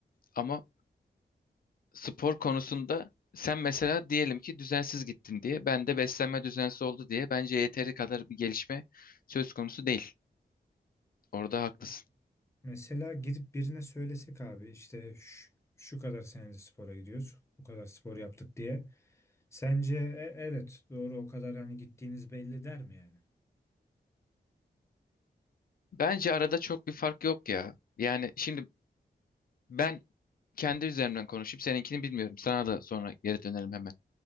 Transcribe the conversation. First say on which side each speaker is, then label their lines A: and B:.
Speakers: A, on the left; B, on the left.
A: Ama spor konusunda sen mesela diyelim ki düzensiz gittin diye. Ben de beslenme düzensiz oldu diye. Bence yeteri kadar bir gelişme söz konusu değil. Orada
B: Ya
A: haklısın.
B: Mesela gidip birine söylesek abi işte şu, şu kadar senedir spora gidiyoruz. Bu kadar spor yaptık diye. Sence "E, evet doğru o kadar hani gittiğiniz belli der mi yani?
A: Bence arada çok bir fark yok ya. Yani şimdi Ben kendi üzerimden konuşup seninkini bilmiyorum. Sana da sonra geri dönelim hemen.